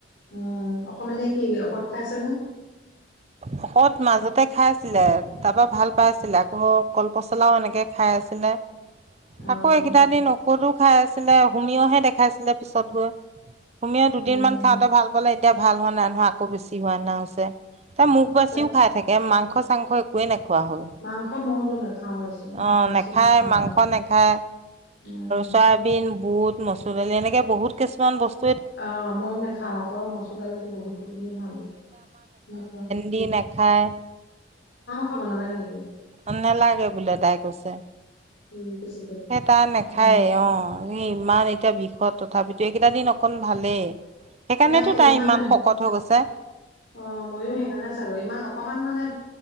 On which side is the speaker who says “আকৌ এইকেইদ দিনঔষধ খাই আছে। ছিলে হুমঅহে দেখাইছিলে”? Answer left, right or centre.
Right